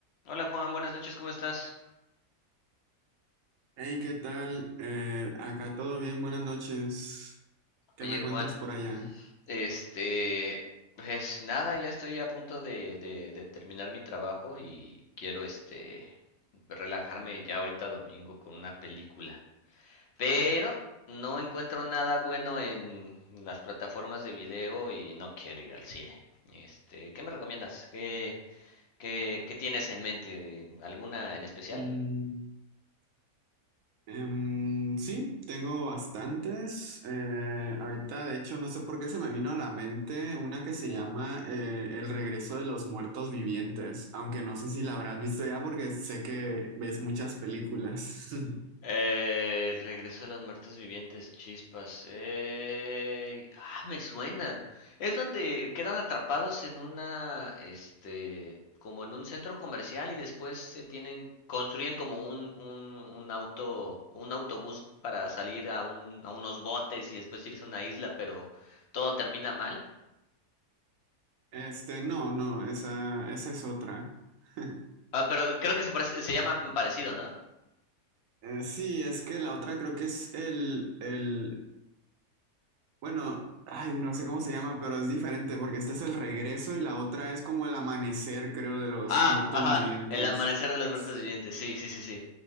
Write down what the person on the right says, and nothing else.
Hey, ¿qué tal? Eh, acá todo bien, buenas noches. ¿Qué
me cuentas
por allá?
Mm, em, sí, tengo bastantes. Eh, ahorita, de hecho, no sé por qué se me vino a la mente una que se llama eh, El regreso de los muertos vivientes, aunque no sé si la habrás visto ya porque sé que ves muchas películas. <laughs>
Este, no, no, esa, esa es otra. <laughs>
Eh, sí, es que la otra creo que es el, el Bueno, ay, no sé cómo se llama, pero es diferente porque esta es el regreso y la otra es como el amanecer, creo, de los
muertos
vivientes.
Sí.